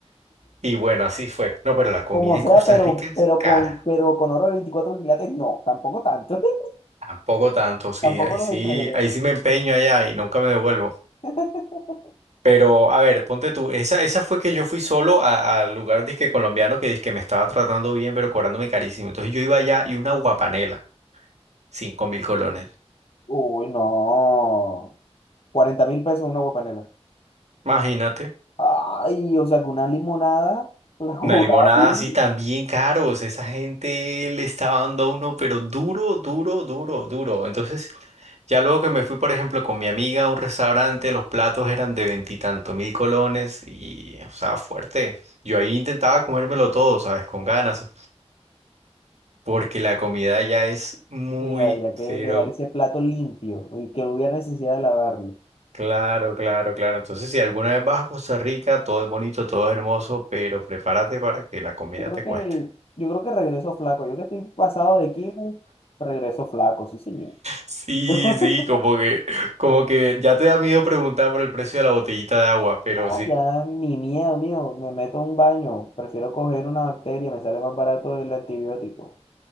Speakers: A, on the right; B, on the left.
A: Y bueno, así fue. No, pero la comida
B: Como sea,
A: en Costa
B: pero,
A: Rica es
B: pero
A: cara.
B: con, pero con oro de 24 quilates, no, tampoco tanto. <laughs>
A: Tampoco tanto, sí.
B: Tampoco
A: Ahí
B: nos
A: sí,
B: exageremos.
A: ahí sí me empeño allá y nunca me devuelvo.
B: <laughs>
A: Pero, a ver, ponte tú. Esa, esa fue que yo fui solo a- al lugar disque colombiano que que me estaba tratando bien, pero cobrándome carísimo. Entonces yo iba allá y una guapanela, cinco mil colones.
B: Uy, no. cuarenta mil pesos una agua panela.
A: Imagínate,
B: Ay, o sea, que una limonada la <laughs> cobraban
A: una limonada
B: ahí.
A: así también caros. Esa gente le estaba dando a uno, pero duro, duro, duro, duro. Entonces, ya luego que me fui, por ejemplo, con mi amiga a un restaurante, los platos eran de veintitantos mil colones y, o sea, fuerte. Yo ahí intentaba comérmelo todo, ¿sabes? Con ganas, porque la comida ya es muy,
B: Sí, había que
A: pero
B: dejar ese plato limpio y que no hubiera necesidad de lavarlo.
A: claro, claro, claro. Entonces, si alguna vez vas a Costa Rica, todo es bonito, todo es hermoso, pero prepárate para que la comida
B: Yo creo
A: te
B: que,
A: cueste.
B: yo creo que regreso flaco. Yo que estoy pasado de kilos, regreso flaco, sí, señor.
A: Sí,
B: <laughs>
A: sí, como que, como que ya te da miedo preguntar por el precio de la botellita de agua, pero
B: No,
A: sí.
B: ya ni miedo mío, me meto a un baño, prefiero coger una bacteria, me sale más barato el antibiótico.